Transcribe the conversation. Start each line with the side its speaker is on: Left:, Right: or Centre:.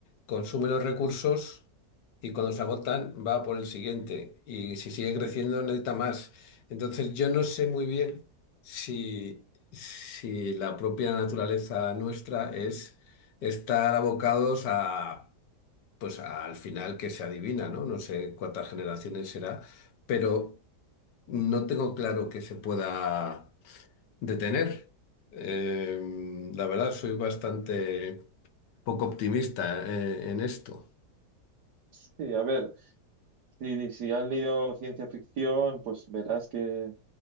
Left: consume los recursos y cuando se agotan va por el siguiente y si sigue
Right: Sí,
Left: creciendo necesita más. Entonces yo no sé muy bien si, si la propia naturaleza nuestra es estar abocados a... Pues al final que se adivina, ¿no? No sé cuántas generaciones será, pero no tengo claro que se pueda detener. Eh, la verdad, soy bastante poco optimista, eh, en esto.
Right: sí, a ver, si, si has leído ciencia ficción, pues verás que,